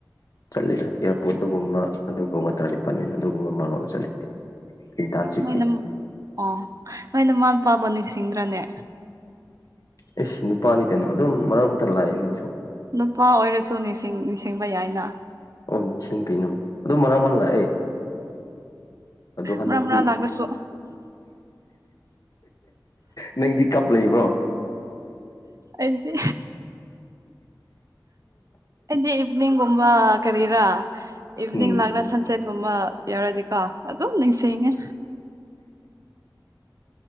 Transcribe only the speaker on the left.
ꯆꯠꯂꯤꯗ ꯑꯦꯌꯥꯔꯄꯣꯔꯠ ꯑꯗꯨꯒꯨꯝꯕ ꯑꯗꯨꯒ ꯋꯥꯇꯔ ꯗꯤꯄꯥꯔꯠꯃꯦꯟ ꯑꯗꯨꯒꯨꯝꯕ ꯃꯔꯝꯔꯒ ꯆꯠꯂꯤ ꯏꯟꯇꯔꯥꯟꯁꯤꯤꯞꯀꯤ
ꯑꯦꯁ ꯅꯨꯄꯥꯅꯤ ꯀꯩꯅꯣ ꯑꯗꯨꯝ ꯃꯔꯛ ꯃꯔꯛꯇ ꯂꯥꯛꯑꯦ ꯃꯣꯏꯁꯨ
ꯑꯣ ꯅꯤꯡꯁꯤꯡ ꯀꯩꯅꯣ ꯑꯗꯨ ꯃꯔꯥꯡ ꯃꯔ ꯂꯥꯛꯑꯦ ꯑꯗꯣ ꯍꯟꯗꯛꯇꯤ
ꯅꯪꯗꯤ ꯀꯞ ꯂꯩꯕ꯭ꯔꯣ
ꯎꯝ